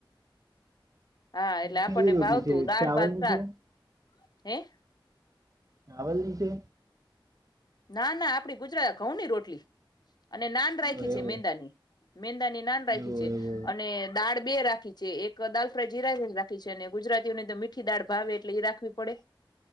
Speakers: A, on the left; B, on the right.
A: હા એટલે આપણને
B: કેવી રોટલી
A: ભાવતું
B: છે
A: દાળ
B: ચાવલની
A: ભાત શાક
B: છે?
A: હે?
B: ચાવલ ની છે
A: ના ના આપડી ગુજરા ઘઉં ની રોટલી. અને નાન રાઇખી
B: હા,
A: છે
B: એવો
A: મેંદાની મેંદાની નાન રાઇખી
B: એવો
A: છે
B: એવો
A: અને દાળ બે રા ખી છે એક દાલ ફ્રાય જીરા રાખી છે અને ગુજરાતીઓને તો મીઠી દાળ ભાવે એટલે એ રાખવી પડે.